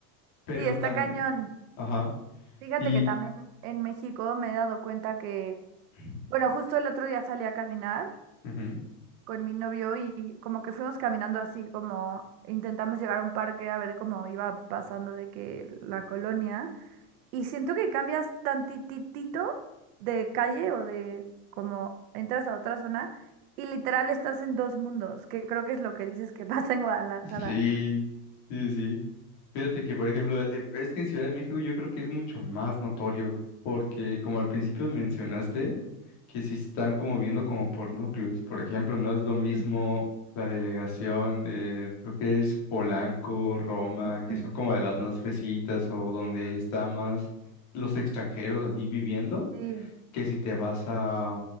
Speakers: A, on the left; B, on the right.
A: Pero
B: Sí, está
A: también,
B: cañón.
A: ajá,
B: Fíjate
A: y,
B: que también en México me he dado cuenta que,
A: <clears throat>
B: bueno, justo el otro día salí a caminar
A: ujú,
B: con mi novio y como que fuimos caminando así, como intentamos llegar a un parque a ver cómo iba pasando de que la colonia. Y siento que cambias tantitito de calle o de como entras a otra zona y literal estás en dos mundos, que creo que es lo que dices que <laughs> pasa en Guadalajara.
A: Sí, sí, sí. Fíjate que, por ejemplo, eh, es que en Ciudad de México yo creo que es mucho más notorio, porque como al principio mencionaste, que sí están como viendo como por núcleos. Por ejemplo, no es lo mismo
B: Ujú,
A: la delegación, eh, creo que es Polanco, Roma,
B: ujú,
A: que son como de las más fresitas o donde
B: ujú.
A: está más los extranjeros así viviendo,
B: Sí,
A: que si te vas a